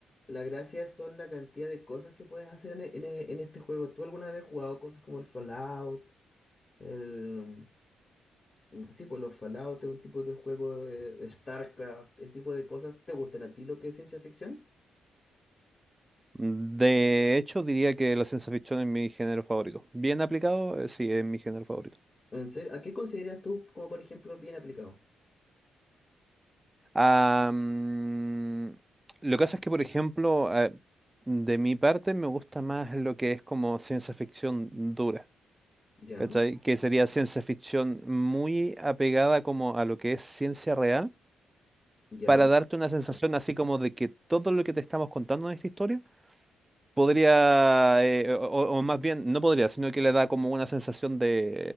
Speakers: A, on the left; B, on the right.
A: la gracia son la cantidad de cosas que puedes hacer en, e- en e- en este juego. ¿Tú alguna vez has jugado cosas como el Fallout? El... mm, Sí, pues los Fallout es un tipo de juego, eh, StarCraft, ese tipo de cosas. ¿Te gustan a ti lo que es ciencia ficción?
B: De hecho, diría que la ciencia ficción es mi género favorito. Bien aplicado, eh, sí, es mi género favorito.
A: ¿En serio? ¿A qué consideras tú como, por ejemplo, bien aplicado?
B: Ah, mm, lo que pasa es que, por ejemplo, eh, de mi parte me gusta más lo que es como ciencia ficción dura.
A: ¿Ya?
B: ¿cachai? Que sería ciencia ficción muy apegada como a lo que es ciencia real,
A: ¿Ya?
B: para darte una sensación así como de que todo lo que te estamos contando en esta historia podría, eh, o, o- o más bien, no podría, sino que le da como una sensación de,